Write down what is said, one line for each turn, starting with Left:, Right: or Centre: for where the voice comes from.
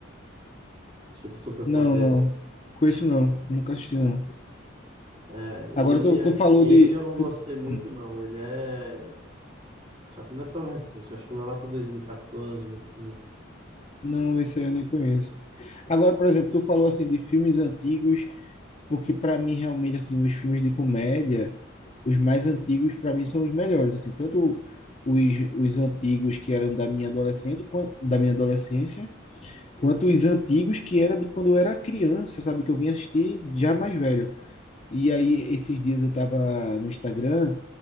Right: Tipo, superpoderes.
Left: Não, não. Conheço não. Nunca assisti não.
Right: É, Ele,
Left: Agora tu,
Right: é-
Left: tu falou
Right: ele
Left: de.
Right: eu não gostei
Left: tu-
Right: muito,
Left: Hum.
Right: não. Ele é. Só que não é tão recente. Acho que ele é lá para 2014, 2015.
Left: Não, esse aí eu nem conheço. Agora, por exemplo, tu falou assim de filmes antigos porque para mim realmente assim, os filmes de comédia, os mais antigos para mim são os melhores, assim, tanto os, os antigos que eram da minha adolescente, quan- da minha adolescência, quanto os antigos que era de quando eu era criança, sabe, que eu vim assistir já mais velho. E aí esses dias eu tava no Instagram